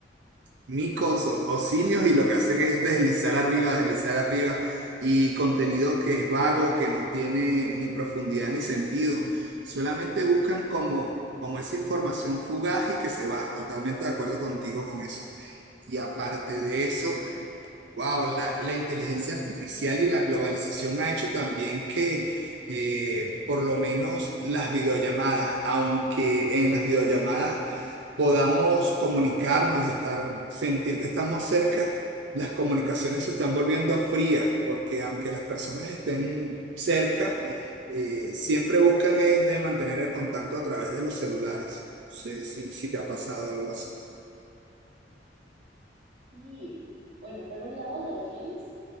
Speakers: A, on the right; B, on the right.
A: micos o, o simios y lo que hacen es deslizar arriba, deslizar arriba y contenido que es vago, que no tiene ni profundidad ni sentido. Solamente buscan como, como esa información fugaz y que se va. Totalmente de acuerdo contigo con eso. Y aparte de eso, Wow, la, la inteligencia artificial y la globalización ha hecho también que eh, por lo menos las videollamadas, aunque en las videollamadas podamos comunicarnos y estar, sentir que estamos cerca, las comunicaciones se están volviendo frías, porque aunque las personas estén cerca, eh, siempre buscan es de mantener el contacto a través de los celulares. No sé si, si te ha pasado algo así.
B: Sí, bueno, por un lado los reels,